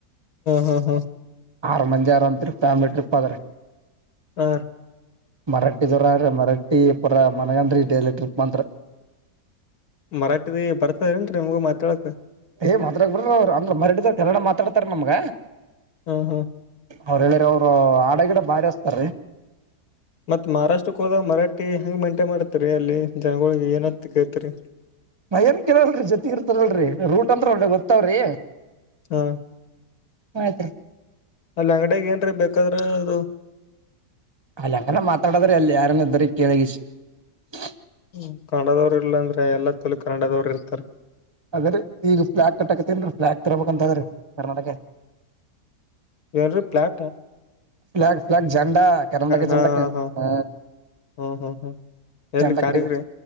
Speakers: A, on the left; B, on the right.
A: ಹಾ ಹಾ ಹಾ
B: ಆರ ಮಂದಿ ಆರ ಅಂತೃ ಫ್ಯಾಮಿಲಿ ಟ್ರಿಪ್ ಆದರಿ
A: ಆ
B: ಮರಾಠಿ ದವರ್ರ ಮರಾಠಿ ಪುರ ಮನಗಂದ್ರ ಎಲೆಕ್ಟ್ರಿಕ್ ಮಂತ್ರ
A: ಮರಾಠಿದಿ ಬರ್ತಾರೇನ್ ನಿಮ್ಗ ಮಾತಾಡಕ್
B: ಏ ಮಾತ್ರ ಬರ್ರ ಅವ ಅಂದ್ರ ಮರ ತರಡ ಮಾತಾಡ್ತಾರೆ ನಮ್ಗ
A: ಹ್ಮ ಹ್ಮ್
B: ಅವ್ರ ಹೇಳಿರಿ ಅವರು ಹಾಡ ಗಿಡ ಬಾರಿ ಅಸ್ತಾರೀ
A: ಮತ್ ಮಹಾರಾಷ್ಟ್ರಕ್ಕೆ ಹೋದಾಗ ಮರಾಿ ಹ ಹೆಂಗ ಮೈಂಟೈನ್ ಮಾಡ್ತರಿ ಅಲ್ಲಿ ಜನಗಳಿಗೆ ಏನತ್ತ ಕೈತಿರಿ
B: ನಯನ್ ಕೇಳಲ್ರಿ ಜೊತೆ ಇರ್ತಾರಲ್ರರಿ ರೂಟ್ ಅಂತ್ರ ಒಳ್ಳೆ ಗೊತ್ತಾವ್ರೀ
A: ಹಾ
B: ಆಯ್ತ್ರಿ
A: ಅಲ್ಲಿ ಅಂಗಡಿಯಾಗ ಏನ್ರೀ ಬೇಕಾದ್ರ ಅದು
B: ಅಲ್ಲ ಅಂಗ ಮಾತ್ರಲ್ಲದ್ರ ಅಲ್ಲ ಯಾರಂದ ಕ ಲಗಿಸಿ <unintelligible>
A: ಹ್ಮ ಕನ್ನಡದವ್ರ ಇಲ್ಲಾಂದ್ರೆ ಎಲ್ಲ ತಲ ಕನ್ನಡದವ್ರ ಇರ್ತಾರೆ
B: ಅದ್ರೀ ಈಗ ಫ್ಲಾಗ್ ಕಟ್ಟಾಕತ್ತೇನ್ೀ ಫ್ಲಾಗ್ ತರಬೇಕಕ್ಂತದ್ರೀ ಕರ್ನಾಟಕ
A: ಇಂದ್ರಿ ಪ್ಲಾಟ್ಾ
B: ್ಲಾಗ್ಫಲಾಗ್ ಜಂಡಾ ಕೆರಂಡ
A: ಹಾ
B: ಜಂಡ
A: ಹಾ ಹಾ
B: ಹ
A: ಹ್ಮ್ ಹ್ಮ್ ಹ್ಮ್ ಎಲ್ಲಿ
B: ಜಂಡ
A: ಕಾರಿಗ್ರಿ
B: ಕಡೆ